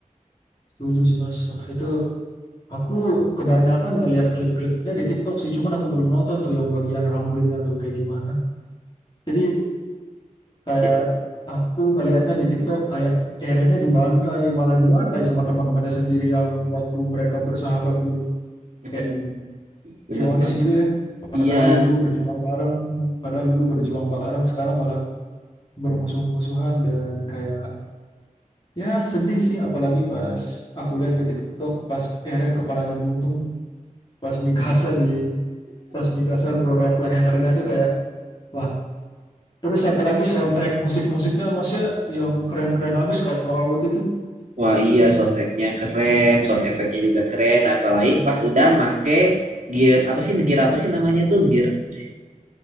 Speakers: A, on the left (about 35°); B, on the right (about 60°).
A: Setuju sih Mas. Wah, itu aku kebanyakan ngelihat klip-klipnya di TikTok sih, cuman aku belum nonton tuh yang bagian ramblingnya tuh kayak gimana. Jadi kayak
B: Jadi,
A: aku ngelihatnya di TikTok kayak Erennya dibantai, malah dibantai sama teman-temannya sendiri yang waktu mereka bersahabat dulu. Kayak
B: hmm, bener
A: ironis
B: banget
A: gitu ya.
B: iya
A: Padahal dulu berjuang bareng, mm, padahal dulu berjuang bareng, sekarang malah bermusuh-musuhan dan kayak ya sedih sih. Apalagi pas aku lihat di TikTok pas Eren kepalanya buntung, pas Mikasa di pas Mikasa gorok lehernya itu kayak wah. Terus apalagi soundtrack musik-musiknya masnya yang keren-keren abis kalau AOT itu
B: Wah iya soundtracknya keren, sound efeknya juga keren, apalagi
A: soundtrack
B: pas udah make gear apa sih gear apa sih namanya tuh gear apa sih?